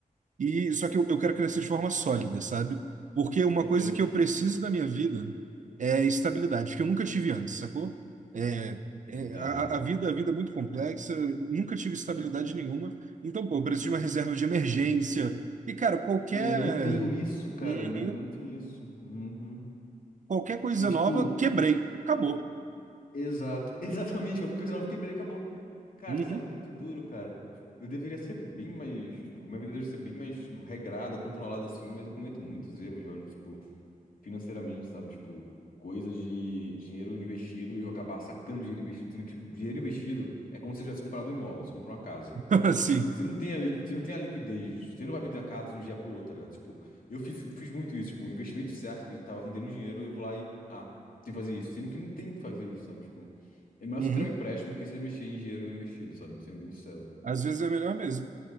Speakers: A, on the right (about 60°); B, on the left (about 70°).
A: E só que eu, eu quero crescer de forma sólida, sabe? Porque uma
B: Perfeito.
A: coisa que eu preciso da minha vida é estabilidade, que eu nunca tive antes, sacou? É, é,
B: Entendo.
A: a, a vida, a vida é muito complexa, nunca tive estabilidade nenhuma. Então, pô, eu preciso de uma reserva de emergência. E, cara, qualquer,
B: É, eu não tenho isso, cara.
A: Uhum.
B: ni- Eu não tenho isso. Uhum.
A: qualquer coisa
B: E tipo,
A: nova, quebrei, acabou.
B: exato, <laughs> exatamente, qualquer coisa nova quebrei, acabou. Cara,
A: Uhum.
B: isso é muito duro, cara. Eu deveria ser bem mais, tipo, minha vida deveria ser bem mais, tipo, regrada, controlada, assim, mas eu cometo muitos erros, velho, tipo, financeiramente, sabe? Tipo, coisa de dinheiro investido e eu acabar sacando dinheiro investido. Tendo que, tipo, dinheiro investido é como se eu tivesse comprado um imóvel, você comprou uma casa.
A: <laughs> Assim,
B: Você não tem a, liqui- você não tem a liquidez, você não vai vender uma casa de um dia para o outro, tá ligado? Tipo, eu fiz, fiz muito isso, tipo, o investimento certo, que tava rendendo dinheiro, eu vou lá e, ah, tem que fazer isso, sendo que não tem que fazer isso, sabe? Tipo, é melhor
A: uhum.
B: você tirar um empréstimo do que você mexer em dinheiro investido, sabe? Sendo bem sincero,
A: Às vezes é melhor mesmo.